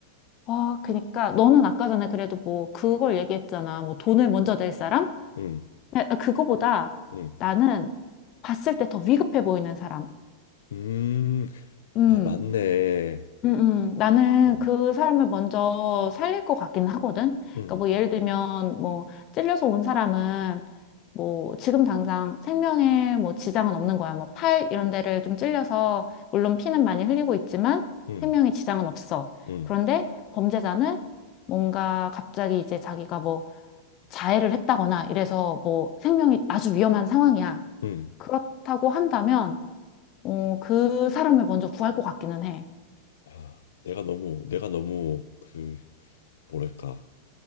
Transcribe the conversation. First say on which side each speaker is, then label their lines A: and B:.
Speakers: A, on the left; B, on the left.
A: 아, 그니까 너는 아까 전에 그래도 뭐 그걸 얘기했잖아. 뭐 돈을 먼저 낼 사람?
B: 응,
A: 근데 그거보다
B: 응.
A: 나는 봤을 때 더 위급해 보이는 사람.
B: 음,
A: 음,
B: 아, 맞네.
A: 음, 음. 나는
B: 응,
A: 그 사람을 먼저 살릴 것 같긴 하거든.
B: 응,
A: 그러니까 뭐 예를 들면 뭐 찔려서 온 사람은 뭐 지금 당장 생명에 뭐 지장은 없는 거야. 뭐 팔 이런 데를 좀 찔려서 물론 피는 많이 흘리고 있지만
B: 응,
A: 생명에 지장은 없어.
B: 응,
A: 그런데 범죄자는 뭔가 갑자기 이제 자기가 뭐 자해를 했다거나 이래서 뭐 생명이 아주 위험한 상황이야.
B: 응.
A: 그렇다고 한다면 어, 그 사람을 먼저 구할 것 같기는 해.
B: 아, 내가 너무, 내가 너무, 그, 뭐랄까.